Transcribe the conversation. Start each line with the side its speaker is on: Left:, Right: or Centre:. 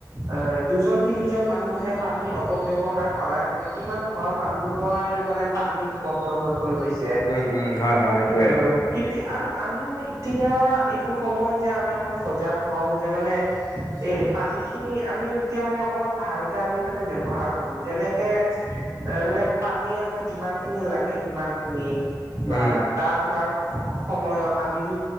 Right: অ' দুজন তিনিজন মানুহে পানীৰ অপব্যৱহাৰ কৰাৰ কাৰনে কিমান ঘৰ মানুহৰ মানে পানী বন্ধ হৈ পৰি গৈছে।
Left: উম উম উম, হয় হয় সেইটোয়ে
Right: অ' আৰু আমিও এতিয়া এইটো সময় যে আমি অকমান সজাগ হওঁ যে মানে। এই পানী খিনি আমিও এতিয়া মানে অকমান ভালকে আমি মানে ব্যৱহাৰ কৰো। যেনেকে, তাৰ মানে পানী আমাক যিমান খিনি লাগে, সিমান খিনি বা
Left: উম
Right: গা ধোৱাৰ সময়ত আমি য